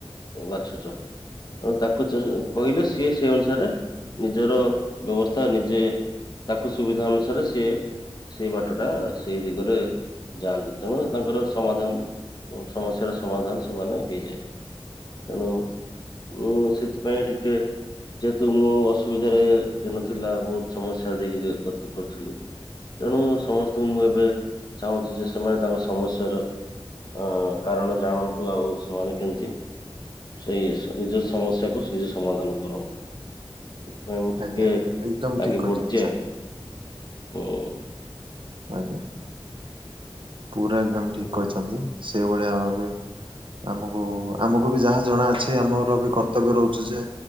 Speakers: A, on the left (about 50°); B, on the right (about 60°).
A: ବାଛୁଛ। ଏବଂ ତାକୁ କହିଲେ ସିଏ ସେ ଅନୁସାରେ ନିଜର ବ୍ୟବସ୍ଥା ନିଜେ, ତାକୁ ସୁବିଧା ଅନୁସାରେ ସିଏ ସେଇ ବାଟଟା ସେଇ ଦିଗରେ, ଯାଆନ୍ତି ତେଣୁ ତାଙ୍କର ସମାଧାନ ଉ ସମସ୍ୟାର ସମାଧାନ ସେମାନେ ହେଇଯାଏ। ତେଣୁ ମୁଁ ସେଥିପାଇଁ ଟିକେ, ଯେହେତୁ ମୁଁ ଅସୁବିଧାରେ ଦିନ ଥିଲା ବହୁତ ସମସ୍ୟା ଦେଇକି ଗତି କରୁଥିଲି। ତେଣୁ ସମସ୍ତଙ୍କୁ ମୁଁ ଏବେ ଚାହୁଁଛି ଯେ ସେମାନେ ତାଙ୍କ ସମସ୍ୟାର, ଅ କାରଣ ଜାଣନ୍ତୁ ଆଉ ସେମାନେ କେମିତି? ସେଇ ସା ନିଜ ସମସ୍ୟାକୁ ନିଜେ ସମାଧାନ କରନ୍ତୁ। ସେଥିପାଇଁ ମୁଁ ଟିକେ
B: ଆଜ୍ଞା ଆଜ୍ଞା ଏକଦମ
A: ଲାଗି
B: ଠିକ କହିଛନ୍ତି
A: ପଡ଼ିଛି ଆଉ
B: ସାର୍
A: ହୁଁ।
B: ଆଜ୍ଞା। ପୁରା ଏକଦମ ଠିକ କରିଛନ୍ତି ସେଇଭଳିଆ ଭାବେ ଆମକୁ-ଆମକୁ ବି ଯାହା ଜଣା ଅଛି ଆମର ବି କର୍ତ୍ତବ୍ୟ ରହୁଛି ଯେ,